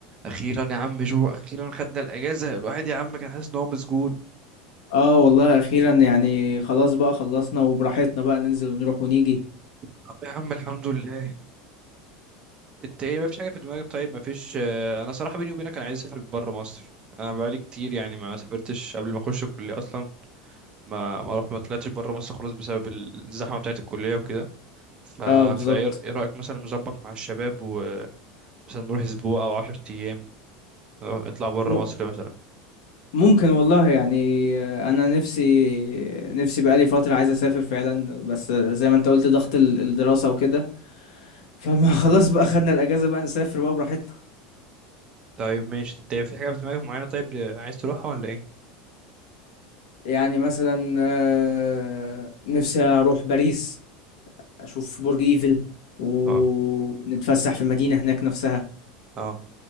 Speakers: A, on the right; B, on the left.
A: اخيرا يا عم جو اخيرا خدنا الاجازه الواحد يا عم كان حاسس ان هو مسجون
B: اه والله اخيرا يعني خلاص بقى خلصنا وبراحتنا بقى ننزل ونروح ونيجي
A: طب يا عم الحمد لله انت ايه مفيش حاجه في دماغك طيب مفيش آه، انا صراحه بيني وبينك انا عايز اسافر بره مصر انا بقالي كتير يعني ما سافرتش قبل ما اخش الكليه اصلا ما ما رحت ما طلعتش بره مصر خالص بسبب الزحمه بتاعه الكليه وكده ف
B: اه بالظبط
A: فايه ايه رايك مثلا نظبط مع الشباب ومثلا نروح اسبوع او 10 ايام نروح- نطلع بره
B: م-
A: مصر مثلا
B: ممكن والله يعني آه، انا نفسي نفسي بقالي فترة عايز اسافر فعلا بس زي ما انت قلت ضغط ال- الدراسة وكده فما <laughs> خلاص بقى خدنا الاجازة بقى نسافر بقى براحتنا
A: طيب ماشي انت في حاجه في دماغك معينه طيب عايز تروحها ولا ايه
B: يعني مثلا آه، نفسي اروح باريس اشوف برج ايفل ونتفسح
A: اه
B: في المدينة هناك نفسها
A: اه